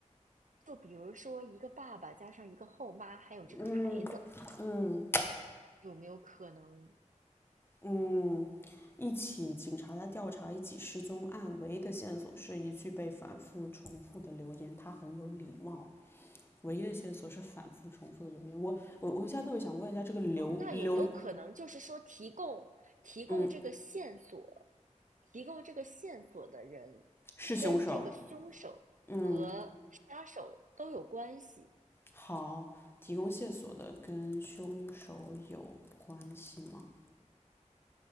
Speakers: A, on the right; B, on the left.
A: 就比如说一个爸爸加上一个后妈，还有这个孩子，
B: 嗯嗯，
A: 有没有可能
B: 嗯，一起警察在调查一起失踪案，唯一的线索是一句被反复重复的留言，他很有礼貌。唯一的线索是反复重复的留言。我我我现在特别想问一下，这个刘刘，
A: 哦，那有没有可能就是说提供提供这个线索，
B: 嗯，
A: 提供这个线索的人
B: 是凶手？
A: 跟这个凶手和杀手都有关系？
B: 嗯，好，提供线索的跟凶手有关系吗？